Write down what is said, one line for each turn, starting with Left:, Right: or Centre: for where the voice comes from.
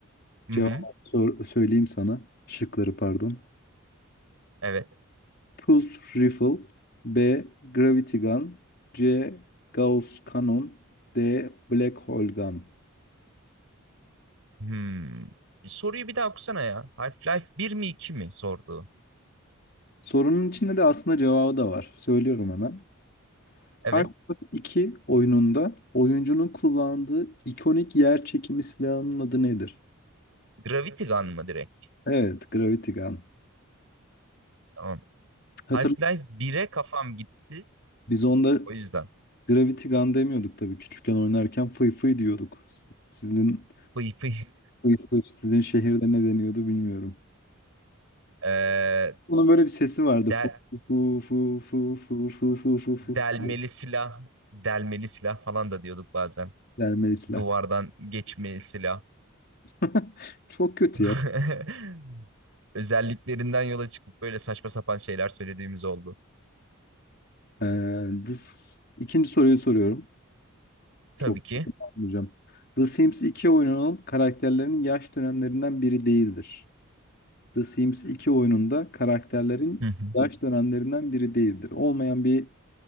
Right: Hı
Left: Cevabı
Right: hı.
Left: sor- söyleyeyim sana. Şıkları pardon.
Right: Evet.
Left: Pulse Rifle, B. Gravity Gun, C. Gauss Cannon, D. Black Hole Gun.
Right: Hmm. Bir soruyu bir daha okusana ya. Half-Life bir mi 2 mi sordu.
Left: Sorunun içinde de aslında cevabı da var. Söylüyorum hemen.
Right: Evet.
Left: Half-Life 2 oyununda oyuncunun kullandığı ikonik yer çekimi silahının adı nedir?
Right: Gravity Gun mı direkt?
Left: Evet, Gravity Gun.
Right: Tamam.
Left: Hatırlayın.
Right: Half-Life bire kafam gitti.
Left: Biz onda
Right: O yüzden.
Left: Gravity Gun demiyorduk tabii. Küçükken oynarken fıy fıy diyorduk. Sizin
Right: Fıy fıy.
Left: fıy fıy, sizin şehirde ne deniyordu bilmiyorum.
Right: Ee,
Left: Bunun böyle bir sesi vardı.
Right: del,
Left: Fu fu fu fu fu fu fu fu fu.
Right: delmeli
Left: diye.
Right: silah. Delmeli silah falan da diyorduk bazen.
Left: Dermeli silah.
Right: Duvardan geçmeli silah.
Left: <laughs> Çok kötü
Right: <laughs>
Left: ya.
Right: Özelliklerinden yola çıkıp böyle saçma sapan şeyler söylediğimiz oldu.
Left: Ee, dis- ikinci soruyu soruyorum.
Right: Tabii
Left: Çok
Right: ki.
Left: <laughs> hocam. The Sims 2 oyununun karakterlerinin yaş dönemlerinden biri değildir. The Sims 2 oyununda karakterlerin
Right: Hı hı.
Left: yaş dönemlerinden biri değildir. Olmayan bir